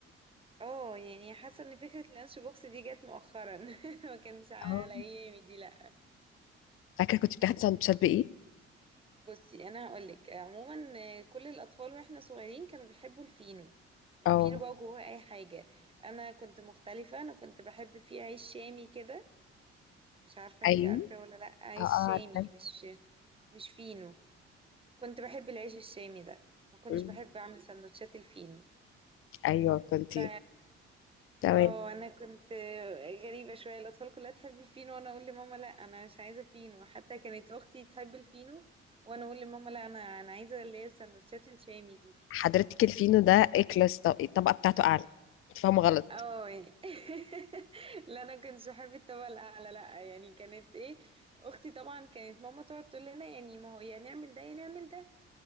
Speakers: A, on the right; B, on the left.
A: آه، يعني حاسه ان فكره اللانش بوكس دي جت مؤخرا <laughs> ما كانش على
B: اه
A: ايامي دي لا
B: فاكره كنت بتاخدي سندوتشات بايه
A: بصي انا هقولك عموما آه، كل الاطفال واحنا صغيرين كانوا بيحبوا الفينو وفينو
B: اه
A: بقى جواه اي حاجه انا كنت مختلفه انا كنت بحب فيه عيش شامي كده مش عارفة
B: ايوه
A: انتي عارفاه ولا لأ عيش
B: اه آه،
A: شامي
B: عارفه
A: مش مش فينو كنت بحب العيش الشامي ده ما كنتش
B: أمم،
A: بحب أعمل سندوتشات الفينو
B: ايوه كنتي
A: ف
B: تمام
A: اه انا كنت غريبة شوية الأطفال كلها تحب الفينو وانا اقول لماما لا انا مش عايزة فينو حتى كانت اختي تحب الفينو وانا اقول لماما لا انا انا عايزة اللي هي السندوتشات الشامي دي
B: حضرتك الفينو ده اكلس طب- الطبقه بتاعته اعلى انت فاهمه غلط
A: اه يعني <laughs> لا انا كنتش بحب الطبقة الأعلى لا يعني كانت ايه اختي طبعا كانت ماما تقعد تقول لنا يعني ما هو يا نعمل ده يا نعمل ده